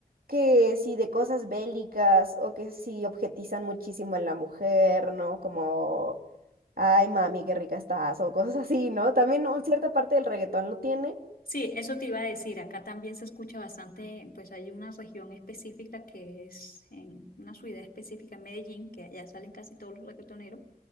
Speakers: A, on the right (about 75°); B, on the left (about 80°).
A: que si de cosas bélicas o que si objetizan muchísimo a la mujer, ¿no? Como, ay, mami, qué rica estás o cosas así, ¿no? También un- cierta parte del reggaetón lo tiene.
B: sí, eso te iba a decir. Acá también se escucha bastante, pues hay una región específica que es en una ciudad específica en Medellín, que allá salen casi todos los reggaetoneros,